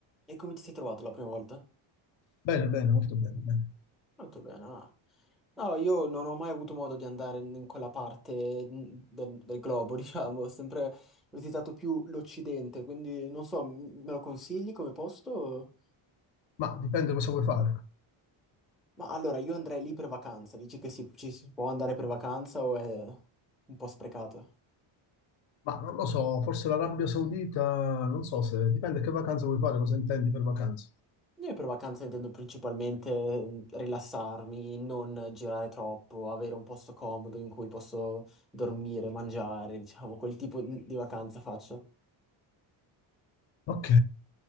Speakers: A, in the centre; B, on the left (about 70°).
A: E come ti sei trovato la prima volta?
B: Bene, bene, molto bene, bene.
A: Molto bene, ah. No, io non ho mai avuto modo di andare in in quella parte mh, del, del globo, <laughs> diciamo, ho sempre visitato più l'Occidente, quindi non so, m- me lo consigli come posto?
B: Ma dipende cosa vuoi fare.
A: Ma allora io andrei lì per vacanza, dici che si- ci si può andare per vacanza o è un po' sprecato?
B: Ma non lo so, forse l'Arabia Saudita, non so se dipende che vacanza vuoi fare, cosa intendi per vacanza.
A: Io per vacanza intendo principalmente mm, rilassarmi, non girare troppo, avere un posto comodo in cui posso dormire, mangiare, diciamo, quel tipo di di vacanza faccio.
B: Ok,